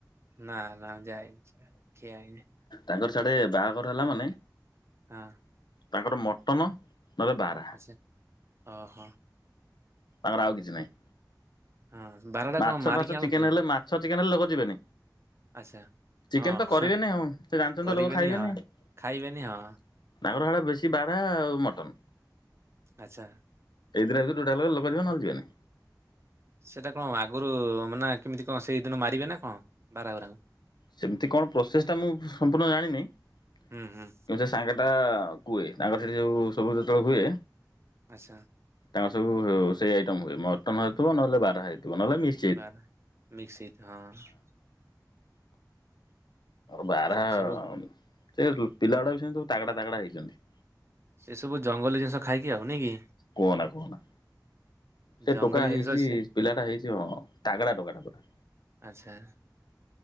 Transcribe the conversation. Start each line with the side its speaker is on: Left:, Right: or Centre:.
Right: ନା ନା ଯାଇନି। ଖିଆ ହେଇନି
Left: ତାଙ୍କର ସିଆଡେ ବାହାଘର ହେଲା ମାନେ
Right: ହଁ।
Left: ତାଙ୍କର ମଟନ ନହେଲେ ବାରା।
Right: ଆଚ୍ଛା ହଁ ହଁ।
Left: ତାଙ୍କର ଆଉ କିଛି ନାହିଁ।
Right: ହଁ ବାରଟା
Left: ମାଛ
Right: କଣ ମାରିକି
Left: ଫାଛ
Right: ଆଣନ୍ତି
Left: ଚିକେନ
Right: ଏକା
Left: ହେଲେ, ମାଛ, ଚିକେନ ହେଲେ ଲୋକ ଯିବେନି।
Right: ଆଚ୍ଛା।
Left: ଚିକେନ
Right: ହଁ
Left: ତ କରିବେନି
Right: ହଁ,
Left: ସେ ଜାଣିଛନ୍ତି
Right: କରିବେନି
Left: ତ ଲୋକ ଖାଇବେନି।
Right: ହଁ
Left: ତାଙ୍କର
Right: ଖାଇବେନି ହଁ
Left: ହେଡେ ବେଶୀ ବାରାହା ଆଉ ମଟନ।
Right: ଆଚ୍ଛା।
Left: ଏଇ ଦିଇଟା ଭିତରୁ ଯୋଉଟା ହେଲେ ଲୋକ ଯିବେ ନହେଲେ ଯିବେନି।
Right: ସେଇଟା କଣ ଆଗରୁ ମାନେ କେମିତି କଣ ସେଇଦିନ ମାରିବେ ନା କଣ ବାରାହା ଗୁରାଙ୍କୁ?
Left: ସେମିତି କଣ ପ୍ରୋସେସ୍ଟା ମୁଁ ସମ୍ପୂର୍ଣ୍ଣ ଜାଣିନି। କିନ୍ତୁ
Right: ହୁଁ ହୁଁ
Left: ସେ ସାଙ୍ଗ ଟା କୁହେ ତାଙ୍କର ସେଠି ଯୋଉ ସବୁ ଯେତେବେଳେ ହୁଏ।
Right: ଆଚ୍ଛା।
Left: ତାଙ୍କର ସବୁ ସେଇ ଆଇଟମ ହୁଏ ମଟନ ହେଇଥିବ ନହେଲେ ବାରାହା ହେଇଥିବ ନହେଲେ ମି
Right: ବାରାହା ମିକ୍ସ ହେଇଥି ହଁ।
Left: ବାରାହା
Right: ସେ ସବୁ
Left: ସେ ପିଲା ଗୁଡା ବି ସେ ସବୁ ତାକଡା ତାକଡା ହେଇଛନ୍ତି।
Right: ସେ ସବୁ ଜଙ୍ଗଲୀ ଜିନିଷ ଖାଇକି ଆଉ ନାଇକି।
Left: କୁହନା, କହନା। ସେ
Right: ଜଙ୍ଗଲୀ
Left: ଟୋକା
Right: ଜିନିଷ
Left: ହେଇଛି,
Right: ଅଛି
Left: ପିଲାଟା ହେଇଥିବ ତାଗଡା ଟୋକା ଟା ପୁରା।
Right: ଛାର ନା